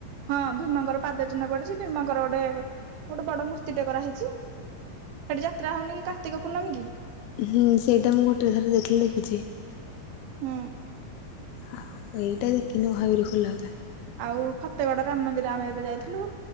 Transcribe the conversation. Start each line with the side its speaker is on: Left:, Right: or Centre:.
Right: ହଁ ଭୀମଙ୍କର ପାଦ ଚିହ୍ନ ପଡିଛି, ଭୀମଙ୍କର ଗୋଟେ ଗୋଟେ ବଡ ମୂର୍ତ୍ତିଟେ କରାହେଇଛି, ସେଠି ଯାତ୍ରା ହଉନି କି କାର୍ତ୍ତିକ ପୂର୍ଣ୍ଣମୀକି।
Left: ହୁଁ, ସେଇଟା ମୁଁ ଗୋଟେ ଥରେ ଦେଖିଲି ଦେଖିଛି।
Right: ହୁଁ।
Left: ଆଉ ଏଇଟା ଦେଖିନି <unintelligible> ଖୋଲା କଥା।
Right: ଆଉ ଫତେଗଡ ରାମ ମନ୍ଦିର ଆମେ ଏବେ ଯାଇଥିଲୁ,